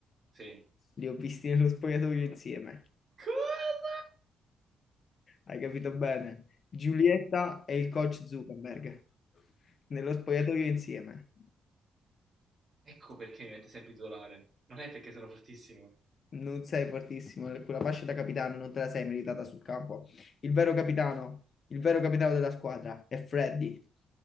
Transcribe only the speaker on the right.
Sì.
Cosa?
Ecco perché mi mette sempre titolare. Non è perché sono fortissimo.